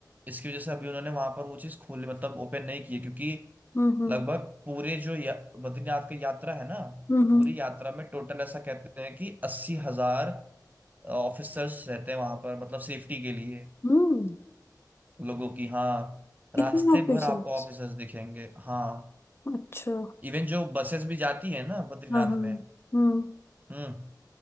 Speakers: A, on the right; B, on the left.
A: इसकी वजह से अभी उन्होंने वहां पर वो चीज खोली मतलब ओपन नहीं की है क्योंकि
B: हम्म हम्म
A: लगभग पूरे जो या, बद्रीनाथ की यात्रा है ना
B: हम्म हम्म
A: पूरी यात्रा में टोटल ऐसा कहते हैं कि अस्सी हजार ऑफिसर्स रहते हैं वहां पर मतलब सेफ्टी के लिए
B: हम्म,
A: लोगों की हाँ रास्ते
B: इतने ऑफिसर्स
A: भर आपको ऑफिसर्स दिखेंगे हाँ
B: अच्छा
A: इवन जो बसेस भी जाती है ना बद्रीनाथ
B: हाँ हाँ
A: में
B: हम्म
A: हम्म